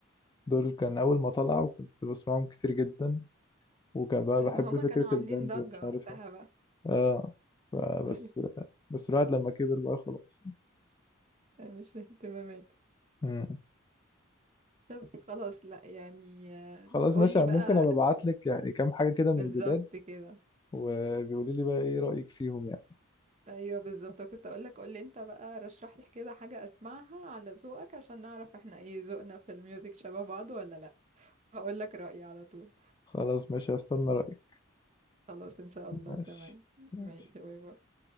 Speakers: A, on the left; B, on the right.
A: دول كان أول ما طلعوا كنت بسمعهم كتير جدا وكان بقى بحب
B: ما هما
A: فكرة
B: كانوا عاملين
A: الباند
B: ضجه
A: ومش
B: وقتها
A: عارف إيه
B: بقى
A: آه فبس
B: ايوه
A: بس الواحد لما كبر بقى خلاص
B: أيوه، مش اهتمامات
A: مم.
B: طب خلاص لا يعني
A: خلاص
B: قولي
A: ماشي
B: بقى
A: ممكن أبقى أبعت لك يعني كام حاجة كده
B: بالظبط
A: من الجداد
B: كده
A: وبيقولي لي بقى إيه رأيك فيهم يعني
B: ايوه بالظبط كنت اقول لك قول لي انت بقى رشح لي كده حاجه اسمعها على ذوقك عشان نعرف احنا ايه ذوقنا في الميوزك شبه بعض ولا لا هقول لك رايي على طول
A: خلاص ماشي هستنى رأيك
B: خلاص ان شاء الله
A: ماشي
B: تمام
A: ماشي
B: ماشي باي باي